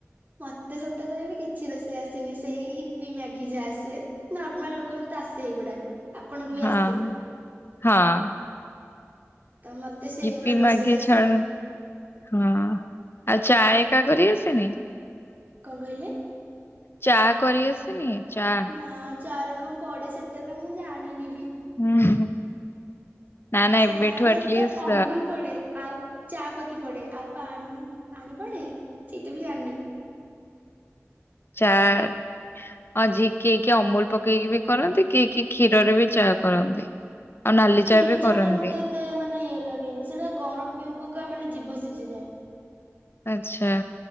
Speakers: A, on the right; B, on the left.
A: ମତେ ସତେ କହିବି କିଛି ରୋଷେଇ ଆସେନି। ସେଇ ଇପି ମ୍ୟାଗି ଯାହା ଆସେ। ନର୍ମାଲ ଲୋକଙ୍କୁ ତ ଆସେ ଏଗୁଡ଼ା। ଆପଣଙ୍କୁ ବି
B: ହଁ
A: ଆସିଥିବ?
B: ହଁ।
A: ତ ମତେ ସେଇଗୁଡା
B: ୟିପି ମାଗି
A: ରୋଷେଇ ଆସେ।
B: ଛାଡ ହଁ ଆଉ ଚା ଏକା କରି ଆସେନି?
A: କଣ କହିଲେ?
B: ଚା କରି ଆସନି ଚା?
A: ହଁ ଚାରେ କଣ ପଡେ ସେଟା ତ ମୁଁ ଜାଣିନି ବି।
B: ହୁଁ। ନା ନା
A: ସାରେ
B: ଏବେଠୁ ଆଟଲିଷ୍ଟ
A: ତ ଅମୁଲ ପଡେ ଆଉ ଚା ପତି ପଡ଼େ ଆଉ ପାଣି ପାଣି ପଡ଼େ ସେଇଟା ବି ଜାଣିନି।
B: ଚାର। ଆଜିିଏ କିଏ କିଏ ଅମୁଲ ପକେଇକି ବି କରନ୍ତି କିଏ କିଏ କ୍ଷୀରରେ ବି ଚାହା କରନ୍ତି। ଆଉ
A: ହଁ
B: ନାଲି
A: କ୍ଷୀର
B: ବି କରନ୍ତି
A: ଚା ଟା ମତେ ଏତେ ମାନେ ଇଏ ଲାଗେନି ସେଇଟା ଗରମ ପିଉ ପକା ମାନେ ଜିଭ ସିଝିଯାଏ।
B: ଆଚ୍ଛା।